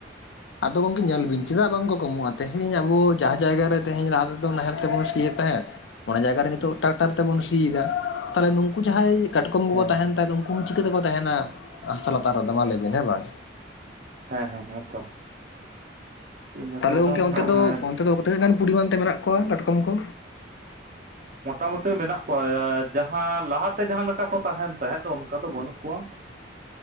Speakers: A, on the left (about 75°); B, on the right (about 45°).
A: ᱟᱫᱚ ᱜᱚᱢᱠᱮ ᱧᱮᱞ ᱵᱤᱱ ᱪᱮᱫᱟᱜ ᱵᱟᱝᱠᱚ ᱠᱚᱢᱚᱜ-ᱟ ᱛᱮᱦᱤᱧ ᱟᱵᱚ ᱡᱟᱦᱟᱸ ᱡᱟᱭᱜᱟ ᱨᱮ ᱛᱮᱦᱤᱧ ᱞᱟᱦᱟ ᱛᱮᱫᱚ ᱱᱟᱦᱮᱞ ᱛᱮᱵᱚᱱ ᱥᱤᱭᱮᱫ ᱛᱟᱦᱮᱸᱫ ᱚᱱᱟ ᱡᱟᱭᱜᱟ ᱨᱮ ᱱᱤᱛᱚᱜ ᱴᱨᱟᱠᱴᱟᱨ ᱛᱮᱵᱚᱱ ᱥᱤᱭᱮᱫᱟ ᱛᱟᱦᱚᱞᱮ ᱱᱩᱠᱩ ᱡᱟᱦᱟᱸᱭ ᱠᱟᱴᱠᱚᱢ ᱠᱚᱠᱚ
B: ᱦᱮᱸ
A: ᱛᱟᱦᱮᱱ
B: ᱦᱮᱸ
A: ᱛᱟᱦᱮᱸ ᱩᱱᱠᱩ ᱦᱚᱸ ᱪᱤᱠᱟᱹ ᱛᱮᱠᱚ ᱛᱟᱦᱮᱱᱟ ᱦᱟᱥᱟ ᱞᱟᱛᱟᱨ ᱨᱮᱫᱚ ᱢᱟ ᱞᱟᱭᱵᱤᱱ ᱦᱮᱸ ᱵᱟᱝ
B: ᱦᱮᱸ ᱦᱮᱸ ᱦᱮᱸ ᱛᱚ ᱤᱱᱟᱹ
A: ᱛᱟᱦᱚᱞᱮ
B: ᱛᱟᱭᱱᱚᱢ
A: ᱜᱚᱝᱠᱮ ᱚᱱᱛᱮ ᱫᱚ
B: ᱦᱮᱸ
A: ᱚᱱᱛᱮ ᱫᱚ ᱛᱤᱱᱟᱹᱜ ᱜᱟᱱ ᱯᱚᱨᱤᱢᱟᱱ ᱛᱮ ᱢᱮᱱᱟᱜ ᱠᱚᱣᱟ ᱠᱟᱴᱠᱚᱢ ᱠᱚ
B: ᱢᱚᱴᱟᱢᱩᱴᱤ ᱢᱮᱱᱟᱜ ᱠᱚᱣᱟ ᱡᱟᱦᱟᱸ ᱞᱟᱦᱟᱛᱮ ᱡᱟᱦᱟᱸ ᱞᱮᱠᱟ ᱠᱚ ᱛᱟᱦᱮᱱ ᱛᱟᱦᱮᱸᱫ ᱚᱱᱠᱟ ᱫᱚ ᱵᱟᱹᱱᱩᱜ ᱠᱚᱣᱟ